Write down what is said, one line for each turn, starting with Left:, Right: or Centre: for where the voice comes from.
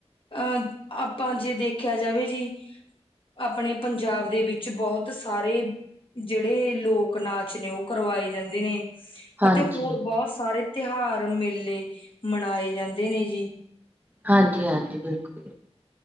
Left: ਅਹ ਆਪਾਂ ਜੇ ਦੇਖਿਆ ਜਾਵੇ ਜੀ ਆਪਣੇ ਪੰਜਾਬ ਦੇ ਵਿੱਚ ਬਹੁਤ ਸਾਰੇ ਜਿਹੜੇ ਲੋਕ ਨਾਚ ਨੇ ਉਹ ਕਰਵਾਏ ਜਾਂਦੇ ਨੇ
Right: ਹਾਂਜੀ,
Left: ਅਤੇ ਹੋਰ ਬਹੁਤ ਸਾਰੇ ਤਿਉਹਾਰ ਮੇਲੇ ਮਨਾਏ ਜਾਂਦੇ ਨੇ ਜੀ
Right: ਹਾਂਜੀ ਹਾਂਜੀ ਬਿਲਕੁਲ